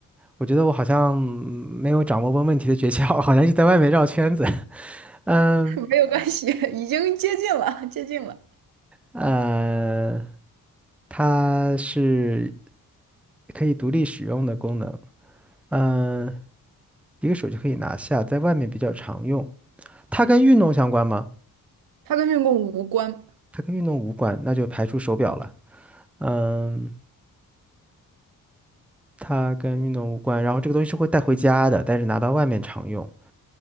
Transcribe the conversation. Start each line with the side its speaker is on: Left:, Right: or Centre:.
Centre: 我觉得我好像没有掌握问问题的诀窍，好像就在外面绕圈子。<laughs> 嗯，
Right: <laughs> 没有关系，已经接近了，接近了，
Centre: 呃。它是可以独立使用的功能，嗯，一个手就可以拿下，在外面比较常用。它跟运动相关吗？
Right: 它跟运动无关
Centre: 它跟运动无关，那就排除手表了。嗯，它跟运动无关，然后这个东西是会带回家的，但是拿到外面常用。